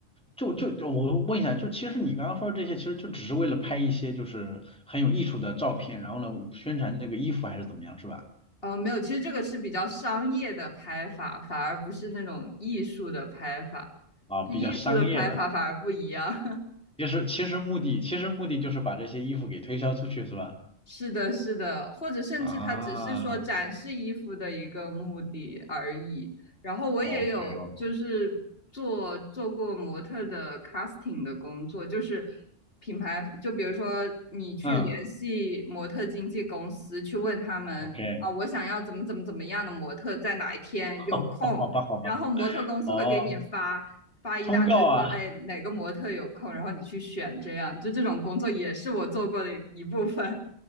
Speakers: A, in the centre; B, on the left.
A: 就就就我问一下，
B: 嗯，
A: 就其实你刚刚说的这些，其实就只是为了拍一些就是很有艺术的照片，然后呢宣传这个衣服还是怎么样，是吧？
B: 哦，没有，其实这个是比较商业的拍法，反而不是那种艺术的拍法，
A: 啊，
B: 就艺术的拍法反而不一样。
A: 比较商业的。
B: <laughs>
A: 其实其实目的其实目的就是把这些衣服给推销出去，是吧？
B: 是的，是的，或者甚至它只是说展示衣服的一个目的而已。
A: 啊
B: 然后我也有就是做做过模特儿的
A: ，OK OK，
B: casting 的工作，就是品牌，就比如说你去联系模特经纪公司，
A: 嗯
B: 去问他们啊，
A: ，OK，
B: 我想要怎么怎么怎么样的模特，在哪一天有空，
A: 哦，好吧好吧，
B: 然后模特公司会给你发发一大堆说，
A: 哦，通告啊。
B: 哎，哪个模特有空，然后你去选，这样，就这种工作也是我做过的一部分。